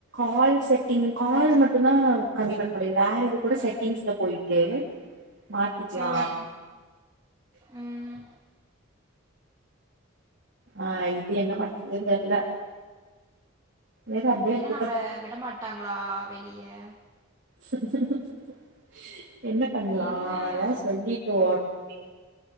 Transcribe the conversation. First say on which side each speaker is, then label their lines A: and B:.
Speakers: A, on the right; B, on the right.
A: ஆல் செட் இங்க கால்
B: அ,
A: மட்டும் தான் கன்டிப்பா முடியாது வேற எது கூட செட்டிங்ஸ்ல போயிட்டு மாத்திக்கலாம்
B: அ, ம்.
A: ஆஹ் இது என்ன பண்றதுன்னு தெர்ல சரி அப்டியே
B: இப்ப என்ன
A: இருக்கட்டு
B: நம்மள விடமாட்டாங்களா வெளியே
A: சரி சரி சொல்லு சரி என்ன பண்ணலாம்
B: என்னதான்
A: ஏதாவது சொல்லிட்டு ஓ எல்லாமே